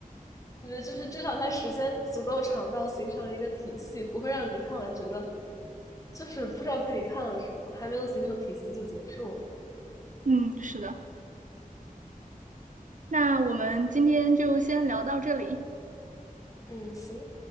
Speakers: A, on the left (about 20°); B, on the right (about 60°).
A: 我觉得就是至少它时间足够长到形成一个体系，不会让你看完觉得就是不知道自己看了什么，还没有形成体系就结束了。
B: <laughs> 嗯，是的。那我们今天就先聊到这里。
A: 嗯，行。